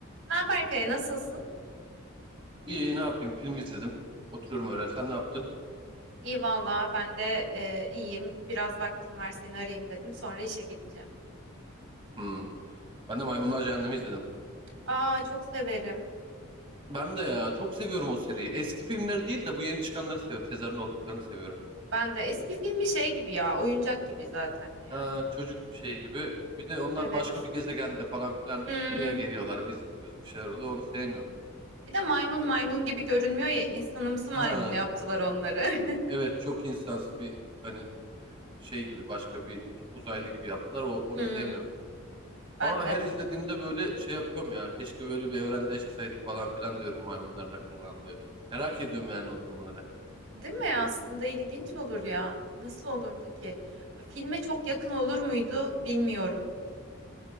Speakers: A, on the right; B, on the right.
A: Ne haber Kaya, nasılsın?
B: İyi ne yapayım film izledim. Oturuyorum öyle. Sen ne yaptın?
A: İyi valla ben de e, iyiyim. Biraz vaktim var seni arayayım dedim. Sonra işe gideceğim.
B: Hmm. Ben de Maymunlar Cehennemi izledim.
A: Aa çok severim.
B: Ben de ya çok seviyorum o seriyi. Eski filmleri değil de bu yeni çıkanları seviyorum. Sezar'ın olduklarını seviyorum.
A: Ben de eski filmi şey gibi ya oyuncak gibi zaten yani.
B: Ha, çocuk şey gibi. Bir de onlar
A: Evet.
B: başka bir gezegende falan filan
A: Hmm.
B: buraya geliyorlar. Biz gidiyoruz bir şeyler oluyor. Onu sevmiyorum.
A: Bir de maymun maymun gibi görünmüyor ya insanımsı maymun
B: Ha,
A: yaptılar onları. <laughs>
B: evet çok insansı bir hani e, şey gibi başka bir uzaylı gibi yaptılar. O, onu
A: Hmm,
B: sevmiyorum.
A: ben
B: Ama
A: de.
B: her izlediğimde böyle şey yapıyorum ya. Keşke böyle bir evrende yaşasaydık falan filan diyorum maymunların akıllandığı. Merak ediyorum yani o durumları.
A: Değil mi? Aslında ilginç olur ya. Nasıl olurdu ki? Filme çok yakın olur muydu bilmiyorum.